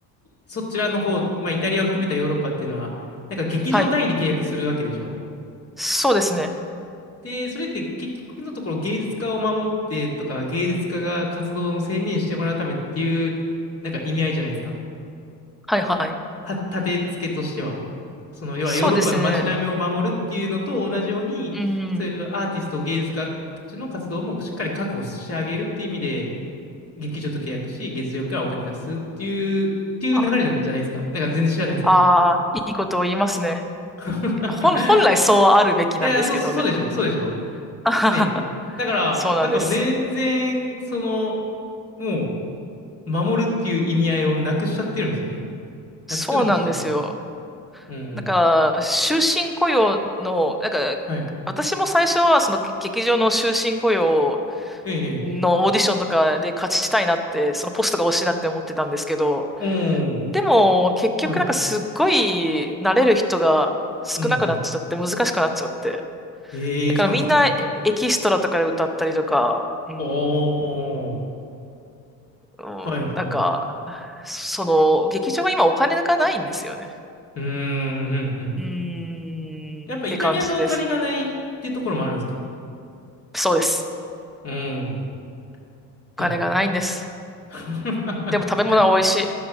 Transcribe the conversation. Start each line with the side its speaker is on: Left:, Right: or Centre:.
Left: そちらの方、まあ、イタリアを含めたヨーロッパっていうのは、なんか劇場単位で契約するわけでしょ。
Centre: はい。そうですね。
Left: で、それって結局のところ芸術家を守ってとか、芸術家が活動を専念してもらうためっていう、なんか意味合いじゃないですか。
Centre: はい、はい。
Left: た、立て付けとしては。その、要はヨーロッパの街並みを守るっていうのと同じように、
Centre: そうですね。うん。
Left: そういうアーティスト、芸術家たちの活動もしっかり確保してあげるっていう意味で、劇場と契約し、月曜からお金出すっていう、っていう流れじゃじゃないですか。
Centre: あ、
Left: なんか全然知らないですけど。
Centre: あー、いいことを言いますね。
Left: <laughs>
Centre: 本、本来そうあるべきなんですけどね。
Left: いや、そ、そうでしょ、そうでしょ。
Centre: <laughs> あははは
Left: ね。だから、
Centre: そうなんです。
Left: なんか全然、その、もう、守るっていう意味合いをなくしちゃってるんですね。なくすようなことしちゃってるんですよ。
Centre: そうなんですよ。
Left: うん。
Centre: だから、終身雇用の、なんか、
Left: はい。
Centre: 私も最初はその劇場の終身雇用
Left: ええ、
Centre: のオーディションとかで勝ちたいなって、そのポストが欲しいなって思ってたんですけど、
Left: ええ。うん。
Centre: でも結局なんかすっごい慣れる人が少なくなっちゃって難しくなっちゃって。
Left: はい。うんうん。ええ、
Centre: だからみんなエエキストラとかで歌ったりとか、
Left: そうなんですね。
Centre: うん、
Left: おー。
Centre: うん、
Left: はいはい。
Centre: なんか、
Left: う
Centre: その劇場が今お金がないんですよね。
Left: ーん、うんうん。
Centre: うーん、
Left: やっぱイタリアがお金がないっていうところもあるんですか
Centre: って感じです。そうです。
Left: うん。
Centre: お金がないんです。
Left: いや。<laughs>
Centre: でも食べ物は美味しい。